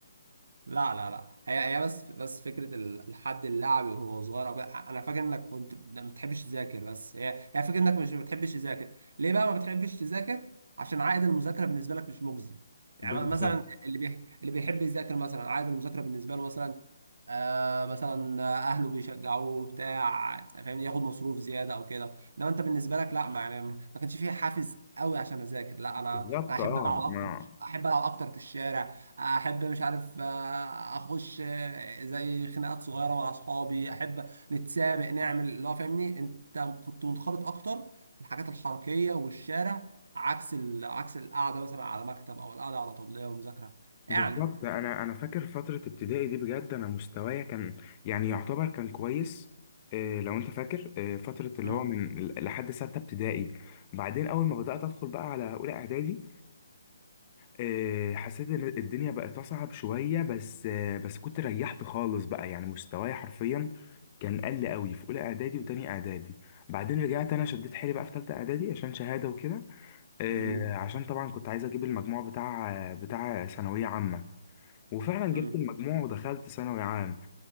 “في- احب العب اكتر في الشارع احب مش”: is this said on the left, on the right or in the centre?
Right